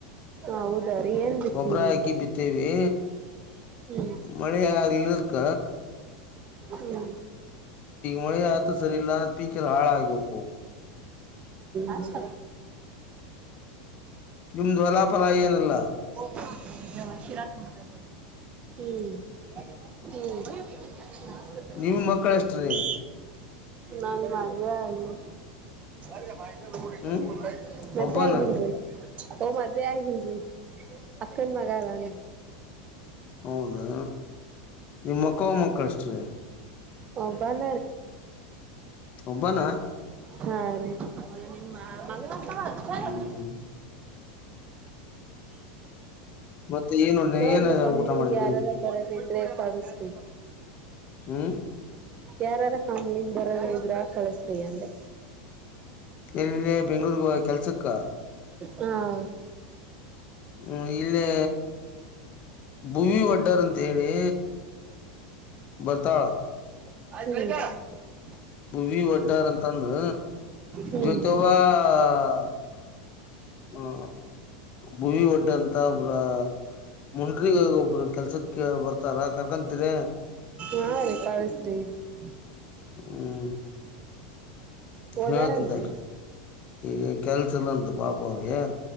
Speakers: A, on the right; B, on the left.
A: ಹೌದಾ ರೀ ಏನ್ ಬಿತ್ತೀರಿ
B: ಗೊಬ್ರ ಹಾಕಿ ಬಿತ್ತೇವಿ.
A: ಹ್ಮ್
B: ಮಳೆ ಆಗ್ಲದಕ್ಕ
A: ಹ್ಮ
B: ಮಳೆ ಆತು ಸರಿ ಇಲ್ಲ ಪೀಕ್ ಎಲ್ಲ ಹಾಳಾಗಿ ಹೋಗಕು
A: ಹ್ಮ್
B: ನಿಮ್ದು ಹೊಲ ಲ ಏನಲ್ಲ
A: ಶರತ್ ಹ್ಮ್ ಹ್ಮ್ <unintelligible>
B: ನಿಮ್ ಮಕ್ಕಳ ಎಷ್ಟ್ರೀ
A: ನಾನ್ ಮದೆ ಆಗ <unintelligible>
B: ಹ್ಮ್
A: ಮತ್ತೆ
B: ಒಬ್ಬನ
A: ಆಗಿಲ್ಲ ಓ ಮದ್ೆ ಆಗಿಲ್ರಿ ಅಕ್ಕನ್ ಮಗ ಆದಳೆ
B: ಹೌದಾ ನಿಮ್ಮ ಅಕ್ಕೋ ಮಕ್ಕಳ ಎಷ್ಟ್ರೀ
A: ಹ ಬರ
B: ಒಬ್ಬನ
A: ಹಾ ರೀ ಮಂಗರಂಗಸ ಅರ
B: ಹ್ಮ್
A: <unintelligible>
B: ಮತ್ತೆ ಏನು
A: ನೋಡ್ರಿ
B: ಏನ
A: ಕಮ್ಮಿ
B: ಊಟ ಮಾಡಿದ್ರಿ
A: ಯಾರಾರ
B: ಈಗ
A: ತರ <unintelligible>
B: ಹ್ಮ್
A: ಯಾರಾರ ಕಂಪ್ನಿಿಗೆ ಬರಿದ್ರ ಕಳಸ್ರಿ ಅಂದೆ
B: ಇಲ್ಲೇ ಬೆಂಗ್ಳೂರ್ಗ ಕೆಲ್ಸಕ್ಕ
A: ಹಾ <inaudible>
B: ಹ್ಮ ಇಲ್ಲಿ ಭುವಿ ವಡ್ಡರ್ ಅಂತ ಹೇಳಿ ಬರ್ತಾಳ <unintelligible>
A: ಅದ <unintelligible>
B: ಹವಿ ವಡ್ಡಾರ್ ಅಂತಂದು
A: ಹ್ಮ್
B: ಜೊತೊಬ <unintelligible> ಹ್ಮ್ಮ ಭವಿಿ ಒಡ್ಡ ಅಂತ ಒಬ್ರ <unintelligible> ಮುಂಡ್ರಿ ಒಬ್ರು ಕೆಲ್ಸಕ್ ಬರ್ತಾರ ಕರ್ಕೊಂತೀರ
A: ಯಾ ರೀ ಕಳಶ್ರೀ <unintelligible>
B: ಹ್ಮ್
A: ಹಓಜಾರೇನ್ರಿ
B: ಹೇಳ್ತಂತಲ್ರಿ
A: <unintelligible>
B: ಈಗ ಕೆಲ್ಸಲ್ಲಂತ ಪಾಪ ಅವ್ರಿಗೆ